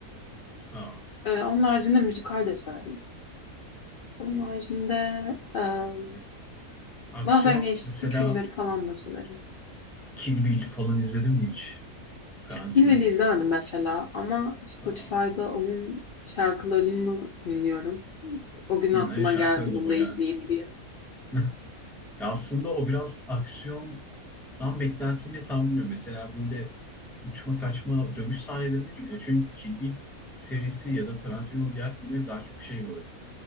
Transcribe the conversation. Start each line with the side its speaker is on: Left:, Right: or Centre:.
Centre: Ha,
Left: Ee, onun haricinde müzikal de severim. Onun haricinde em,
Centre: aksiyon
Left: bazen gençlik
Centre: mesela
Left: filmleri falan da severim.
Centre: Kill Bill falan izledin mi hiç? Tarantino.
Left: Kilveli izlemedim mesela ama Spotify'da
Centre: Ha,
Left: onun şarkılarını dinliyorum. O gün
Centre: hı,
Left: aklıma
Centre: evet, şarkıları
Left: geldi bunu
Centre: da bayağı.
Left: da izleyeyim diye.
Centre: <laughs> Ya aslında o biraz aksiyondan beklentini tam bilmiyorum. Mesela böyle uçma kaçma dövüş sahneleri mi? Çünkü çünkü Kill Bill serisi ya da Tarantino'nun diğer filmleri daha çok şey böyle